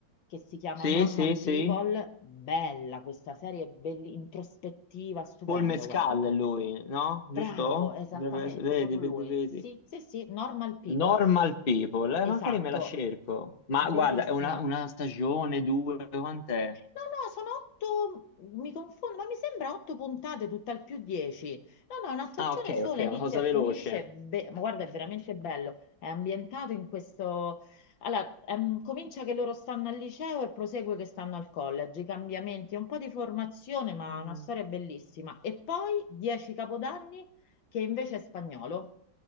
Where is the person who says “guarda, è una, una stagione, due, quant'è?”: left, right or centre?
Left